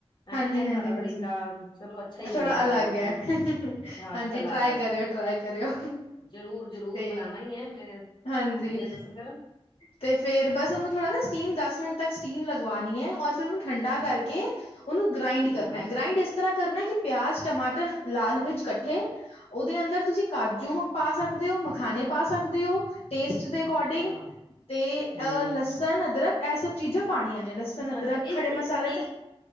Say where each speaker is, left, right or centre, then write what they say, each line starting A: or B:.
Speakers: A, on the left; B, on the left.
A: ਹਨਾ
B: ਹਾਂਜੀ
A: ਇਹ
B: ਹਾਂਜੀ
A: ਤੁਹਾਡਾ ਤਰੀਕਾ
B: ਹਾਂਜੀ
A: ਚਲੋ ਅੱਛਾ ਹੀ ਬਣੇਗਾ
B: ਥੋੜਾ ਅਲੱਗ
A: ਬਹੁਤ
B: ਹੈ
A: ਹਾਂ
B: ਹਾਂਜੀ
A: ਕੁਛ ਅਲੱਗ
B: ਟਰਾਈ
A: ਹੈ।
B: ਕਰਿਓ ਟਰਾਈ ਕਰਿਓ
A: ਜ਼ਰੂਰ- ਜ਼ਰੂਰ,
B: ਤੇ
A: ਬਣਾਉਣਾ ਹੀ ਹੈ ਮੈਂ।
B: ਹਾਂਜੀ,
A: ਅੱਗੇ ਦੱਸੋ ਫੇਰ
B: ਤੇ ਫੇਰ ਬਸ ਉਹਨੂੰ ਥੋੜਾ ਨਾ, ਸਟੀਮ ਦਸ ਮਿੰਟ ਤੱਕ ਸਟੀਮ ਲ ਵਾਉਣੀ ਹੈ ਔਰ ਫੇਰ, ਉਹਨੂੰ ਠੰਡਾ ਕਰਕੇ ਉਹਨੂੰ ਗ੍ਰਾਇੰਡ
A: ਹਮ
B: ਕਰਨਾ ਗ੍ਰਾਇੰਡ ਇਸ ਕਿਸ ਤਰਾਂ ਕਰਨਾ ਕਿ, ਪਿਆਜ਼, ਟਮਾਟਰ, ਲਾਲ ਮਿਰਚ ਇਕੱਠੇ। ਉਹਦੇ ਅੰਦਰ ਤੁਸੀਂ, ਕਾਜੂ ਪਾ ਸਕਦੇ ਓ, ਮਖਾਣੇੇ ਪਾ ਸਕਦੇ ਓ। ਟੇਸਟ ਦੇ ਅਕੋਡਿੰਗ,
A: ਅੱਛਾ
B: ਤੇ ਅਹ
A: ਹਮ
B: ਲਸਣ, ਅਦਰਕ ਇਹ ਸਭ ਚੀਜ਼ਾਂ ਪਾਣੀਆਂ ਨੇ ਲਸ ਅਦਕਰ
A: ਅੱਛਾ
B: ਖੜੇ
A: ਇੱਕ ਇੱਕ
B: ਮਸਾਲ ਤੇ